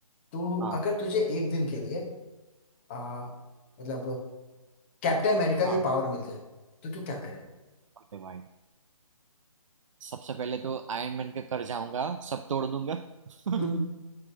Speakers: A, on the left; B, on the right.
A: तू
B: हाँ
A: अगर तुझे एक दिन के लिए आ, मतलब कैप्टन अमेरिका
B: हाँ
A: की पावर मिल जाए तो तू क्या करे
B: ओके भाई सबसे पहले तो आयरन मैन के कर जाऊंगा सब तोड़ दूंगा <laughs> नहीं
A: हम्म,